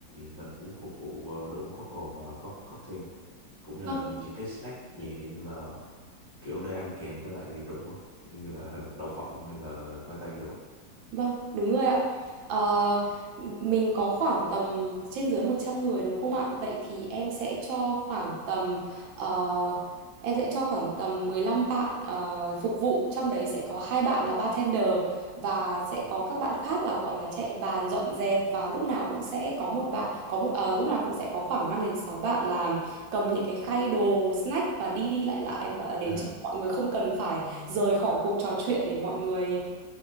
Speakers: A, on the left; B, on the right.
A: mình muốn phục vụ ờ, đồ uống có cồn và có cocktail cũng như
B: Vâng.
A: là những cái snack nhẹ như là kiểu để ăn kèm với lại rượu á kiểu như là <laughs> đậu phộng hay là khoai tây đồ
B: Vâng, đúng rồi ạ. Ờ, mình có khoảng tầm trên dưới 100 người đúng không ạ? Vậy thì em sẽ cho khoảng tầm ờ, em sẽ cho khoảng tầm 15 bạn ờ, phục vụ, trong đấy sẽ có hai bạn là bartender và sẽ có các bạn khác là gọi là chạy bàn dọn dẹp và lúc nào cũng sẽ có một bạn có một ờ, lúc nào cũng sẽ có khoảng 5 đến 6 bạn là cầm những cái khay đồ snack và đi đi lại lại và để
A: ừ
B: cho mọi người không cần phải rời khỏi cuộc trò chuyện để mọi người